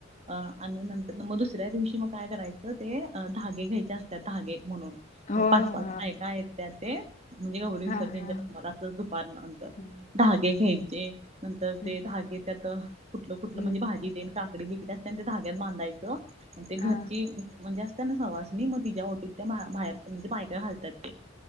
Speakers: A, on the right; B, on the left.
A: अ आणि नंतर मग दुसऱ्या दिवशी मग काय करायचं ते धागे घ्यायचे असतात धागे म्हणून मग
B: हो
A: पाच पाच
B: हा
A: बायका येत्यात ते म्हणजे गौरी विसर्जनच्या
B: हा हा
A: कामाला असंच दुपारनंतर
B: हम्म
A: धागे घ्यायचे नंतर
B: हम्म
A: ते धागे त्यात कुटलं कुटलं
B: हम्म
A: म्हणजे भाजी तेन आणि काकडी बिकडी असते आणि ते धाग्यात बांधायचं आणि ते घरची
B: हा
A: म्हणजे त्यां सहवास मग तिच्या ओटीत त्या बाहेर म्हणजे बायका घालतात ते